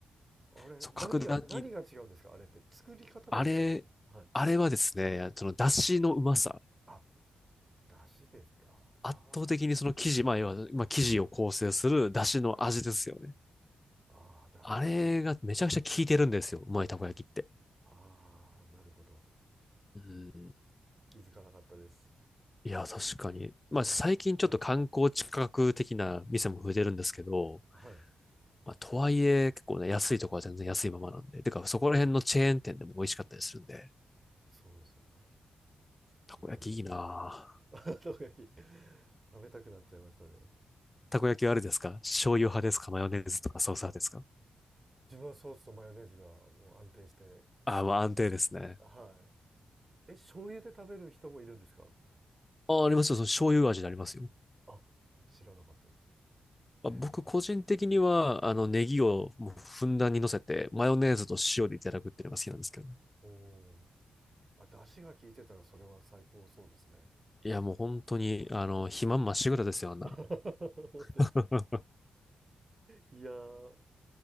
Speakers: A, on the right; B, on the left.
A: あれ、
B: そう、
A: 何が、
B: 格段に、
A: 何が違うんですかあれって。作り方が違うんですよはい。
B: あれ、あれはですね、その、出汁のうまさ。
A: はい。あ、だしですか。
B: 圧倒的にその生地、
A: あ
B: まあ、要は、まあ、生地を構成する出汁の味ですよね。
A: あ、はい。ああ、だしなんだ。
B: あれがめちゃくちゃ効いてるんですよ。うまいたこ焼きって。
A: ああ、なるほど。
B: うん。
A: 気づかなかったです。
B: いや、確かに。まあ、
A: あ
B: 最近ちょっと観光地価格的な店も増えてるんですけど、
A: あ、はい。はい。
B: まあ、とはいえ、結構ね、安いとこは全然安いままなんで。てか、そこら辺のチェーン店でも美味しかったりするんで、
A: あ、そうですよね。
B: たこ焼きいいなぁ
A: なるほど。<laughs> 生焼き、食べたくなっちゃいましたね。
B: たこ焼きはあれですか醤油派ですかマヨネーズとかソース派ですか
A: はい。自分はソースとマヨネーズがもう安定して大好きです。
B: ああ、まあ安定ですね。
A: はい。え、醤油で食べる人もいるんですか
B: ああ、ありますよ。その醤油味でありますよ。
A: あ、知らなかったです。
B: まあ、
A: へえ。
B: 僕個人的には、あの、
A: はい。
B: ネギをもうふんだんに乗せて、マヨネーズと塩でいただくっていうのが好きなんですけど。
A: はい。おお。あ、出汁が効いてたらそれは最高そうですね。
B: いや、もう本当に、あの、
A: はい。
B: 肥満まっしぐらですよ、
A: <laughs>
B: あんな。
A: 本当ですか。
B: <laughs>
A: いやー、